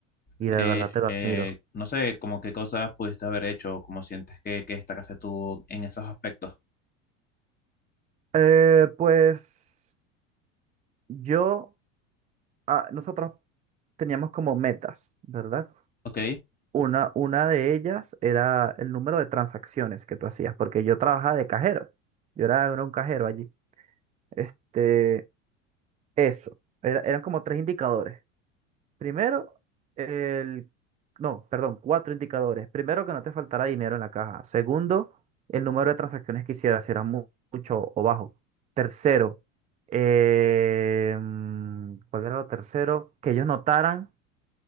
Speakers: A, on the right; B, on the left.
A: Y
B: Eh,
A: de verdad te lo
B: eh,
A: admiro.
B: no sé, como qué cosas pudiste haber hecho, cómo sientes que, que esta casa tuvo en esos aspectos.
A: Eh, pues yo... ah, nosotros teníamos como metas, ¿verdad?
B: Ok.
A: Una, una de ellas era el número de transacciones que tú hacías, porque yo trabajaba de cajero. Yo era, era un cajero allí. Este, eso. Era- eran como tres indicadores. Primero, el... No, perdón, cuatro indicadores. Primero, que no te faltara dinero en la caja. Segundo, el número de transacciones que hicieras, si era mu- mucho o bajo. Tercero, eh, mm, ¿cuál era lo tercero? Que ellos notaran